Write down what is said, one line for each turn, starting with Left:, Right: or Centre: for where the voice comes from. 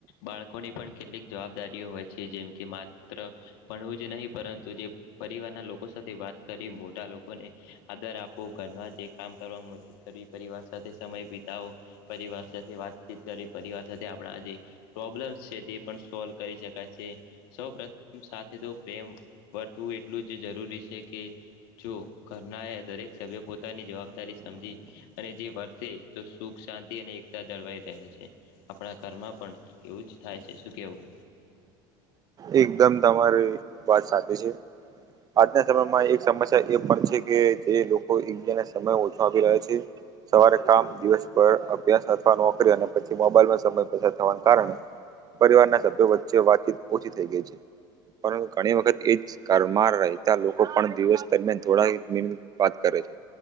Left: બાળકોની પણ કેટલીક જવાબદારીઓ હોય છે જેમ કે માત્ર ભણવું જ નહી પરંતુ જે પરિવારના લોકો સાથે વાત કરી મોટા લોકોને આદર આપો ઘરના જે કામ કરવાવામાં મદદ કરી પરિવાર સાથે સમય વીતાઓ પરિવાર સાથે વાતચીત કરી પરિવાર સાથે આપણા જે પ્રોબ્લેમ્સ છે તે પણ સોલ્વ કરી શકાય છે સૌ પ્રથમ સાથે તો પ્રેમ વર્તવું એટલું જ જરૂરી છે કે જો કરના દરેક સભ્ય પોતાની જવાબદારી સમજી અને જે વર્થે તો સુખ શાંતિ. અને એકતા જળવાઈ રહે છે આપણા ઘરમાં પણ એવું જ થાય છે શું કેવું.
Right: એકદમ તમારી વાત સાથેચ છે. આજના સમયમાં એક સમસ્યા એ પણ છે કે જે લોકો એકબ્યાને સમય ઓછો આપી રહ્યા છે. સવારે કામ દિવસ પર અભ્યાસ અથવા નોકરી અને પછી મોબાઈલમાં સમય પસાર થવાના કારણે. પરિવારના સભ્યો વચ્ચે વાતચીત. ઓછી થઈ ગઈ છે પરંતુ ઘણી વખત એ જ ઘમાં રહેતા લોકો. લોકો પણ દિવસ દરમિયાન થોડા મિન વાત કરે છે.